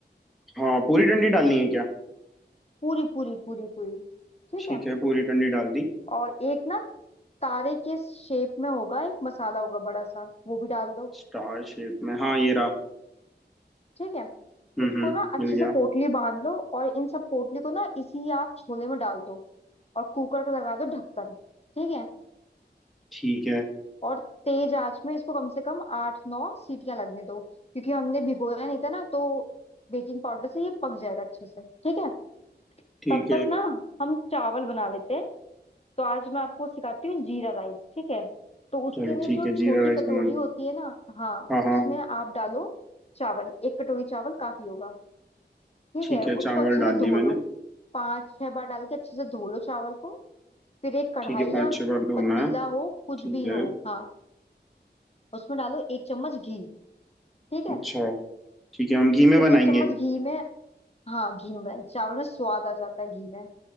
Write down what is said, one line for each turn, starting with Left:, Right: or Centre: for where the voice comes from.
Centre: हाँ पूरी डंडी डालनी है क्या
Left: पूरी पूरी पूरी पूरी ठीक
Centre: ठीक
Left: है
Centre: है पूरी डंडी डाल दी
Left: और एक ना तारे के शेप में होगा एक मसाला होगा बड़ा सा वो भी डाल दो
Centre: स्टार शेप में हाँ ये रहा
Left: ठीक है
Centre: हम्म
Left: उसको
Centre: हम्म
Left: ना अच्छे
Centre: मिल गया
Left: से पोटली बांध लो और इन सब पोटली को ना इसी आप छोले में डाल दो और कुकर का लगा दो ढक्कन ठीक है
Centre: ठीक है
Left: और तेज आंच में इसको कम से कम आठ नौ सीटियां लगने दो क्योंकि हमने भिगोया नहीं था ना तो बेकिंग पाउडर से ये पक जाएगा अच्छे से ठीक है
Centre: ठीक
Left: तब
Centre: है
Left: तक ना हम चावल बना लेते हैं तो आज मैं आपको सिखाती हूँ जीरा राइस ठीक है तो उसके
Centre: चलो
Left: लिए
Centre: ठीक
Left: जो
Centre: है
Left: छोटी
Centre: जीरा राइस
Left: कटोरी
Centre: बनाना
Left: होती है ना हाँ
Centre: हाँ हाँ
Left: उसमें आप डालो चावल एक कटोरी चावल काफी होगा ठीक
Centre: ठीक
Left: है
Centre: है
Left: उसको
Centre: चावल
Left: अच्छे
Centre: डाल
Left: से धो
Centre: दिए मैंने
Left: लो पांच छह बार डाल के अच्छे से धो लो चावल को फिर एक कढ़ाई
Centre: ठीक है पाँच
Left: या
Centre: छह बार धोना
Left: पतीला
Centre: है
Left: हो कुछ
Centre: ठीक
Left: भी
Centre: है
Left: हो हाँ उसमें डालो एक चम्मच घी ठीक है
Centre: अच्छा ठीक है हम घी में बनाएंगे
Left: उस एक चम्मच घी में हाँ घी में बनाए चावल में स्वाद आ जाता है घी में